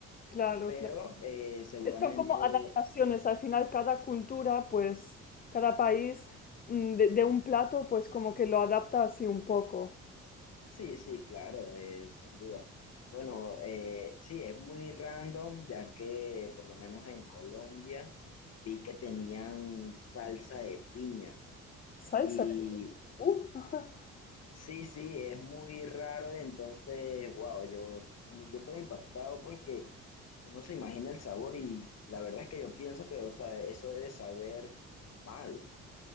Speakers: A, on the left; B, on the left.
A: Claro,
B: Pero
A: claro.
B: eh, seguramente
A: Son como adaptaciones, al final cada cultura, pues cada país mm, de, de un plato, pues como que lo adapta así un poco.
B: Sí, sí, claro, eh, sin duda. Bueno, eh, sí, es muy random, ya que por lo menos en Colombia vi que tenían salsa de piña.
A: Salsa.
B: Y
A: Uh. <laughs>
B: sí, sí, es muy raro, entonces, wow, yo, uno- yo quedo impactado porque uno se imagina el sabor y la verdad es que yo pienso que, o sea, eso debe saber mal.